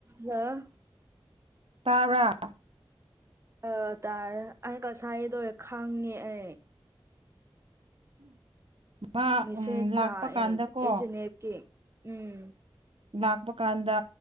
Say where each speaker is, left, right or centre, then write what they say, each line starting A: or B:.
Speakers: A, on the right (about 30°); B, on the right (about 85°).
A: ꯍꯥꯜꯂꯣ
B: ꯇꯕ꯭ꯔꯥ
A: ꯑ ꯇꯥꯔꯦ ꯑꯩ ꯉꯁꯥꯏꯗꯣ ꯈꯪꯉꯦ ꯑꯩ
B: ꯎꯝ ꯃꯥ
A: ꯃꯁꯦꯖ
B: ꯂꯥꯛꯄ
A: ꯂꯛꯑꯦ
B: ꯀꯥꯟꯗꯀꯣ
A: ꯑꯦꯁ ꯑꯦꯅꯦꯞꯀꯤ ꯎꯝ
B: ꯂꯥꯛꯄ ꯀꯥꯟꯗ